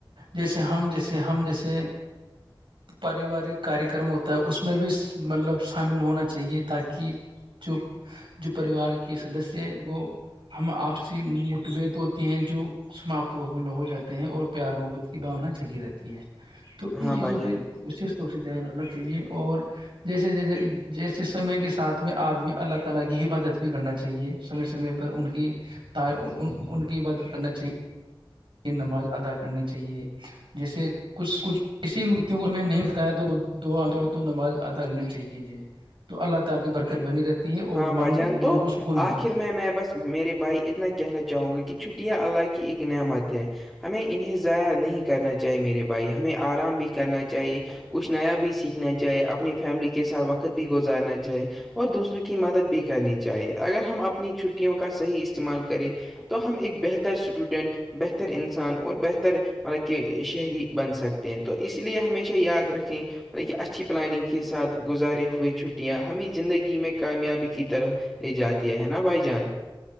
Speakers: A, on the right; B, in the centre.
A: جیسے ہم جیسے ہم جیسے پاروارک کاریہ کررم ہوتا ہے اس میں بھی مطلب شامل ہونا چاہیے تاکہ جو جو پریوار کے سدسیہ ہے وہ ہم آپسی متبیعت ہوتے ہیں جو سماپت وغول ہو جاتے ہیں اور پیار محبت کی بھانا جگی رہتی ہے ہے تو ان
B: ہاں
A: چیزوں
B: بھائی جان
A: پہ وشیش طور سے دھیان رکھنا چاہیے اور جیسے جیسے جیسے سمے کے ساتھ میں آدمی اللہ تعالی کی عبادت بھی کرنی چاہیے سمے سمے پر ان کی ان کی عبادت کرنا چاہیے نماز ادا کرنی چاہیے جیسے کچھ کچھ کسی نہیں لتا ہے تو دعا نماز ادا نہیں چاہیے تو اللہ تعالی کی برکت بنی رہتی ہے اور
B: ہاں
A: من
B: بھائی جان تو
A: من کو سکون ملتا
B: آخر
A: ہے
B: میں میں بس میرے بھائی اتنا کہنا چاہوں گا کہ چھٹیا کی ایک نعمت ہے ہمیں انہیں ضائع نہیں کرنا چاہیے میرے بھائی ہمیں آرام بھی کرنا چاہیے کچھ نیا بھی سیکھنا چاہے اپنی فیملی کے ساتھ وقت بھی گزارنا چاہے اور دوسرے کی مدد بھی کرنی چاہیے اگر ہم اپنی چھٹیوں کا صحیح استعمال کریں تو ہم ایک بہتر اسٹوڈنٹ بہتر انسان اور بہتر مطلب کہ شہری بن سکتے ہیں تو اس لیے ہمیشہ یاد رکھیں بطل کہ اچھی پلاننگ کے ساتھ گزارے ہوئے چھٹیاں ہمیں زندگی میں کامیابی کی طرف لے جاتی ہے نا بھائی جان